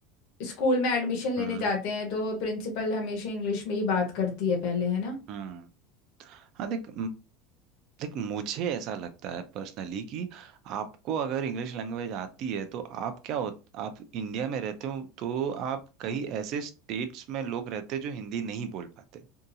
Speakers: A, on the left (about 50°); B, on the right (about 40°).
A: स्कूल में एडमिशन लेने
B: हम्म
A: जाते हैं तो प्रिंसिपल हमेशा इंग्लिश में ही बात करती है पहले है ना
B: हम्म हाँ देख देख मुझे ऐसा लगता है पर्सनली कि आपको अगर इंग्लिश लैंग्वेज आती है तो आप क्या हो आप इंडिया में रहते हो तो आप कई ऐसे स्टेट्स में लोग रहते हैं जो हिंदी नहीं बोल पाते